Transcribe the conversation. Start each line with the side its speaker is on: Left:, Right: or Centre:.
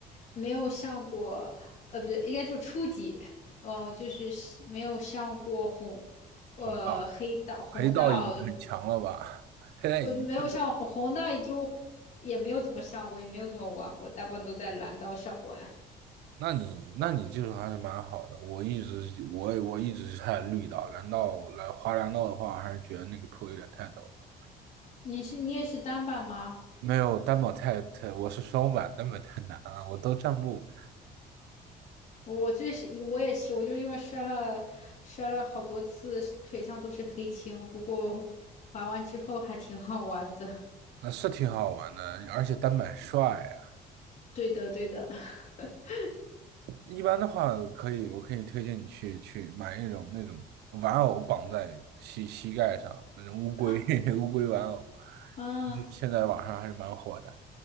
Left: 没有上过，呃，不对，应该就初级，哦、就是是没有上过红，
Right: 红道、
Left: 呃，黑道、红道，
Right: 黑道已经很强了吧？<laughs> 黑带已经特。
Left: 我就没有上红红道，也就也没有怎么上过，也没有怎么玩过，大部分都在蓝道上玩。
Right: 那你那你技术还是蛮好的。我一直我也我一直是在绿岛，蓝道来滑蓝道的话，还是觉得那个坡有点太陡了。
Left: 你是你也是单板吗？
Right: 没有单板太太，我是双板，单板太难了，我都站不稳。
Left: 我这是我也是，我就因为摔了摔了好多次，腿上都是黑青。不过滑完之后还挺好玩的。
Right: 那是挺好玩的，而且单板帅啊。
Left: <laughs> 对的，对的。<laughs>
Right: 一般的话，可以我可以推荐你去去买一种那种玩偶绑在膝膝盖上那种乌龟
Left: 啊，
Right: <laughs> 乌龟玩偶，
Left: 嗯，
Right: 现在网上还是蛮火的。